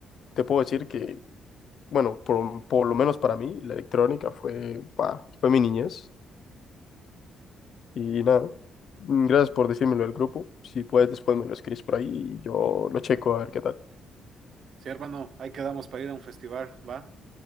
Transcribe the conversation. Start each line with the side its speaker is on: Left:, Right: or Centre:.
Left: te puedo decir que bueno, por, por lo menos para mí, la electrónica fue, bah, fue mi niñez. Y nada, mm, gracias por decírmelo del grupo. Si puedes, después me lo escribes por ahí y yo lo checo a ver qué tal.
Right: sí, hermano, ahí quedamos para ir a un festival, ¿va?